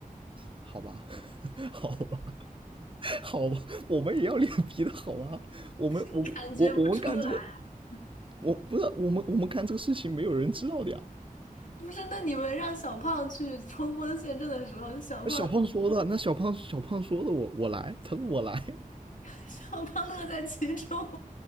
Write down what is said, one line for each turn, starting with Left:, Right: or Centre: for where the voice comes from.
Right: 好吧，<laughs> 好吧。好吧，<laughs> 我们也要脸皮的好吗？我们我我我们干这个，
Left: <laughs> 感觉不出来啊。
Right: 我不是我们我们干这个事情没有人知道的呀。
Left: 不是，那你们让小胖去冲锋陷阵的时候，小胖
Right: 那小胖说的，那小胖小胖说的我，我来，他说我来，
Left: <laughs> 小胖乐在其中，